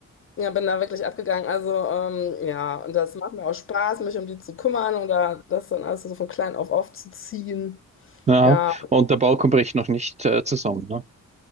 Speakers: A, on the left; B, on the right.
A: ja, bin da wirklich abgegangen. Also ähm, ja, und das macht mir auch Spaß, mich um die zu kümmern oder das dann alles so von klein auf aufzuziehen.
B: Ja,
A: Ja,
B: und der Balkon bricht noch nicht äh, zusammen, ne?